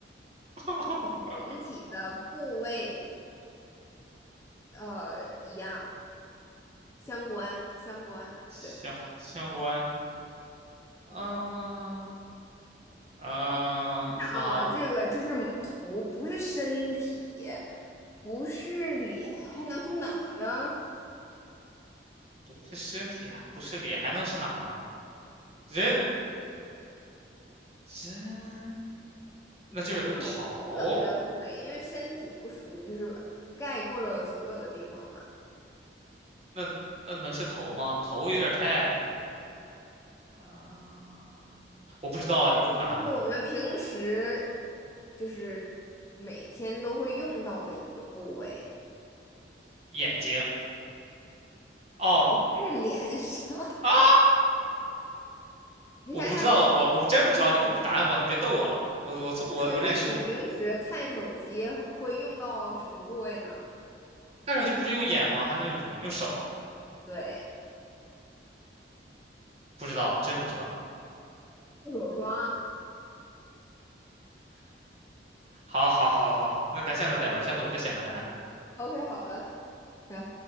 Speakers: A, on the right; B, on the left.
A: <laughs>
B: 就是人体的部位呃，一样，相关，相关。
A: 相相关，
B: 对，
A: 嗯、呃嗯、
B: 你想啊，
A: 方
B: 这个这是图，不是身体，不是脸，还能是哪呢？
A: 不是身体，不是脸，还能是哪呢？人人那就是头，
B: 就是某一个特别的部位，因为身体不属于，就是概括了所有的地方嘛。
A: 那那能是头吗？头有点太啊、我不知道了，你公布答案吧。
B: 就是我们平时，就是每天都会用到的一个部位，
A: 眼睛，哦
B: 是脸上。<laughs>
A: 啊，
B: 你想想你，
A: 我不知道了，我我真不知道，你公布答案吧，你别逗我了，我我错我我认输。
B: 就比如说你平时看手机会用到什么部位呢？
A: 看上去不是用眼吗？还能用什么？用手？
B: 对。
A: 不知道，真不知道。
B: 护手霜
A: 好，好，好，好，好，那咱下次再玩，下次我再想个难的。
B: ，OK，啊 <laughs> OK，好的，行。